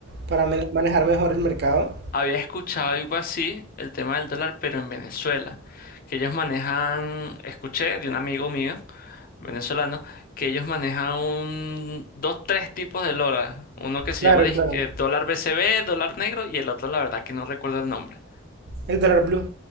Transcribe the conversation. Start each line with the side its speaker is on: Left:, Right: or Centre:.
Right: para mane- manejar mejor el mercado?
Left: Había escuchado algo así, el tema del dólar, pero en Venezuela, que ellos manejan, escuché de un amigo mío, venezolano, que ellos manejan un, dos, tres tipos de dólar. Uno que se
Right: Claro,
Left: llama disque
Right: claro.
Left: eh, dólar BCB, dólar negro, y el otro, la verdad que no recuerdo el nombre.
Right: El dólar blue.